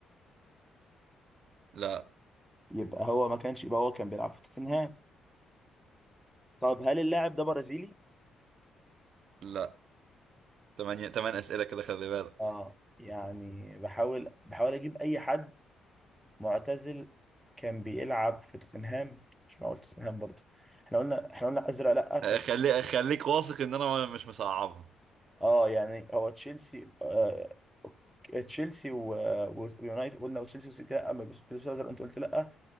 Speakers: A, on the right (about 65°); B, in the centre.
A: لا
B: يبقى هو ما كانش يبقى هو كان بيلعب في توتنهام. طب هل اللاعب ده برازيلي؟
A: لا تمانية تمن اسئله كده خلي بالك
B: اه يعني بحاول بحاول أجيب أي حد معتزل كان بيلعب في توتنهام مش معقول توتنهام برضه احنا قلنا احنا قلنا ازرق لا ف...
A: آه، خلي خليك واثق ان انا مش مصعبها
B: اه يعني هو تشيلسي آه... أوك- تشيلسي و... و... ويونايتد قلنا وتشيلسي وسيتي لا ما بيلبسوا ازرق انت قلت لا